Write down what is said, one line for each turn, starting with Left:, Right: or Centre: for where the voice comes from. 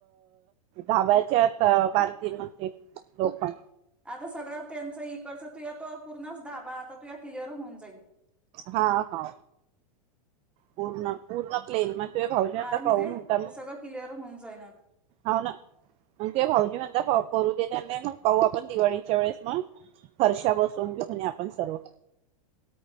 Right: धाब्याच्या बांधते म्हणते लोकण
Centre: आता सगळं त्यांच इकडच तुया तो पूर्णच धाबा आता तुया क्लिअर होऊन जाईल
Right: हा हा पूर्ण पूर्ण प्लेन मग तु भाऊज
Centre: बाहेर
Right: आता पाहून
Centre: ते
Right: होता
Centre: ते
Right: मग
Centre: सगळं क्लिअर होऊन जाईन आता
Right: अ ना मग ते भाऊजी म्हणता करू देेत त्यां नाही मग पाहू आपण दिवाळीच्या वेळेस मग हरषा बसून आपण सर्व